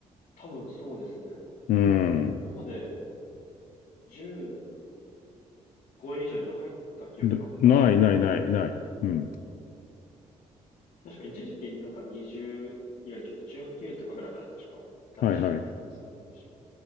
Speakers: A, on the left; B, on the left.
A: 多分そうですね。
B: グ。うん。
A: 今まで15位以上には入った記憶が昔なかったので、
B: なないないないない。うん。
A: 確か一時期なんか20よりちょっと18とかぐらいまで確かあったらしいんですけど、
B: はいはい。
A: すごい昔。